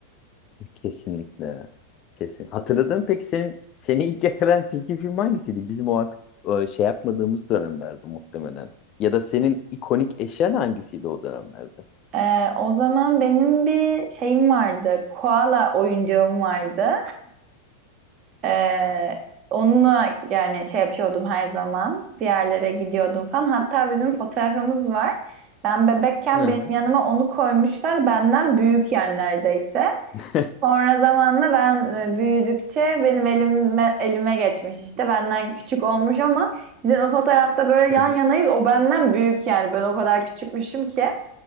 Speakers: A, on the left (about 35°); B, on the right (about 35°).
A: Kesinlikle. Kesin. Hatırladın mı peki senin seni ilk yakalayan çizgi film hangisiydi? Bizim o artık e, şey yapmadığımız dönemlerde muhtemelen. Ya da senin ikonik eşyan hangisiydi o dönemlerde?
B: Ee, o zaman benim bir şeyim vardı. Koala oyuncağım vardı. Ee, onunla yani şey yapıyordum her zaman. Bir yerlere gidiyordum falan. Hatta bizim fotoğrafımız var. Ben bebekken
A: Hı
B: benim
A: hı.
B: yanıma onu koymuşlar. Benden büyük yani neredeyse.
A: <laughs>
B: Sonra zamanla ben e, büyüdükçe benim elime, elime geçmiş işte. Benden küçük olmuş ama sizin o fotoğrafta böyle
A: Hı
B: yan
A: hı.
B: yanayız. O benden büyük yani. Ben o kadar küçükmüşüm ki.